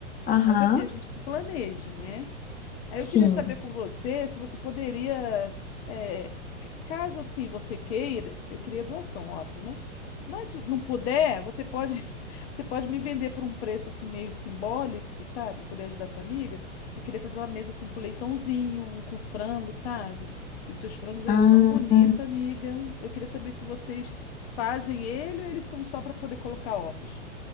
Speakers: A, on the left; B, on the left.
A: Aham,
B: Mas assim, a gente se planeja, né? Aí
A: sim.
B: eu queria saber com você se você poderia, eh, c- caso assim você queira, eu queria doação, óbvio, né? Mas se não puder, você pode, <laughs> você pode me vender por um preço assim meio simbólico, sabe? Para poder ajudar sua amiga. Que eu queria fazer uma mesa assim com leitãozinho, um com frango, sabe? E seus frangos aí
A: Ah,
B: é tão bonita, amiga. Eu queria saber se vocês fazem ele ou eles são só para poder colocar ovos.